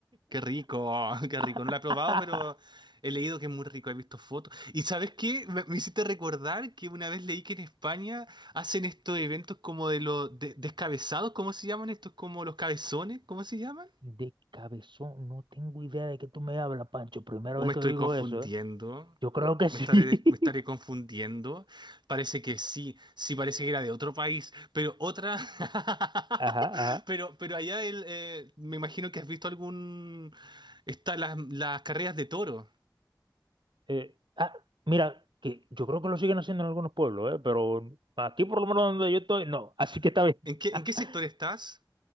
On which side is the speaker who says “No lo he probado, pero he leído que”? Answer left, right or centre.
Right